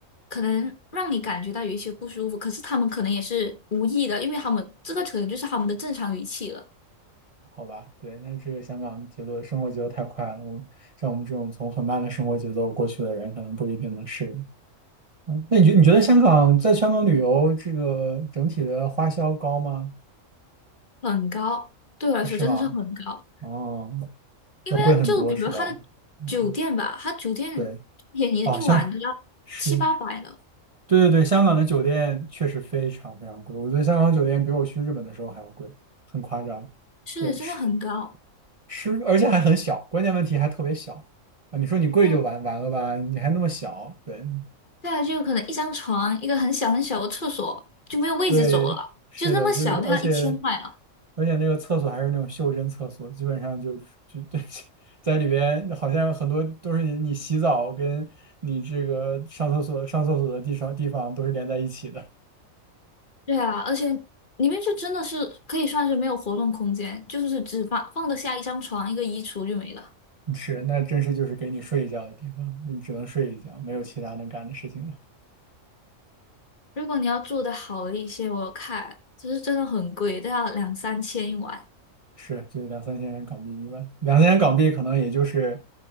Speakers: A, on the left (about 40°); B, on the right (about 35°).
A: 可能让你感觉到有一些不舒服，可是他们可能也是无意的，因为他们这个可能就是他们的正常语气了，
B: 好吧，对，但这个香港节奏生活节奏太快了，我像我们这种从很慢的生活节奏过去的人，可能不一定能适应。嗯，那你觉你觉得香港在香港旅游这个整体的花销高吗？
A: 很高，对我来说真的是很高。
B: 是吗？哦，
A: 因为就比如他的
B: 要贵很多是吧？嗯，
A: 酒店吧，他酒店便宜一晚都要七八百呢，
B: 对，哦，香是，对对对，香港的酒店确实非常非常贵，我觉得香港酒店比我去日本的时候还要贵，很夸张。
A: 是真的很高。
B: 对，吃是，而且还很小，关键问题还特别小啊！你说你贵就完完了吧？
A: 就
B: 你还那么小，对
A: 再来就可能一张床，一个很小很小的厕所就没有位置走了，
B: 对，是的，
A: 就那么小都要一千块呢。
B: 就是而且而且那个厕所还是那种袖珍厕所，基本上就是就 <laughs> 对在里边，好像很多都是你你洗澡跟你这个上厕所上厕所的地方地方都是连在一起的。
A: 对啊，而且里面就真的是可以算是没有活动空间，就是只放放得下一张床、一个衣橱就没了。
B: <laughs> 是，那真是就是给你睡一觉的地方，你只能睡一觉，没有其他能干的事情了。
A: 如果你要住的好一些，我有看就是真的很贵，都要两三千一晚。
B: 是，就两三千元港币一万，两三千港币可能也就是